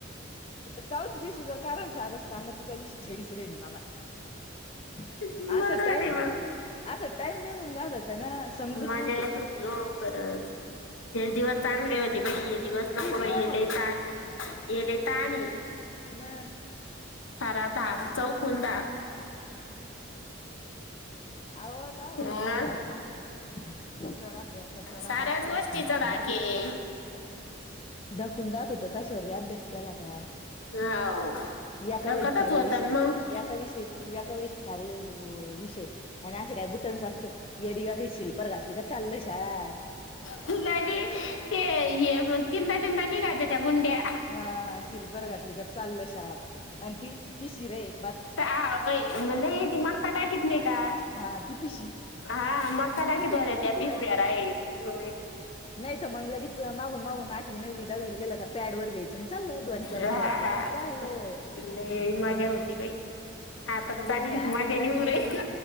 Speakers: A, on the left; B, on the left.
A: चौथ्या दिवशी जरं कारयंच झालं सांगा तरं त्यां दिवशी छडीच रही मंग आम्हांला
B: बरोबर
A: असां टाईम
B: आहे मग
A: नाहीं म्हणूंन असां टाईम नाहीं म्हणूंन जातं त्यांना समजतं
B: मजा
A: नव्हतं
B: येत होती हो खरंच हे दिवसं चांगले होते बाई हे दिवसं नको
A: जीवन
B: बाई हे
A: होतो
B: लई तांण आहे हे लई तांण आहे.
A: हम्मं
B: सांरा धाक चौकूंन धाक
A: आंव आंता तरी
B: अं?
A: समजा अक्षरं अभ्यांस त्यांच्यावर अभ्यांस त्यांच्यावर
B: साऱ्याच
A: अभ्यांस केलां
B: गोष्टीचा
A: कां झोपूंन
B: धाक
A: जातं तो
B: आहे
A: धकूंन जातो तो कशांवर बी अभ्यांस केलां कां
B: हो
A: एकां
B: डकतच
A: वहीत सारे
B: होत
A: विषय
B: मग
A: एकां विषय एकांक सारे वि विषय आणि असे कायं बुंट नी स्सोकस येडीयांड शिल्पर घातली कां चाललो शाळांत
B: फुलांबी ते हे चिदांचिदां निघायंच्या त्यां गुंड्या
A: हां सिल्पर घातली कां चाललो शाळां आणि ती पिशीर आहे.
B: यां बाई नाहीं ती माकतां कां कित नाही कां
A: हा ती पिशी
B: हां मक्कां टाकीत
A: किती
B: होत्यां
A: किती
B: पिशव्यां राहिलं
A: नाहीं तरं मंग लगेच मागूंन मांगून आठवी नवी दाहवी गेलां कां पॅडवर चालंल दोन चार
B: हा
A: वह्या घेतल्यां कां चाललं.
B: लय मजा होती बाई आता चांगलीच
A: ती वडणी
B: मजा निवू
A: वडणीचे
B: रही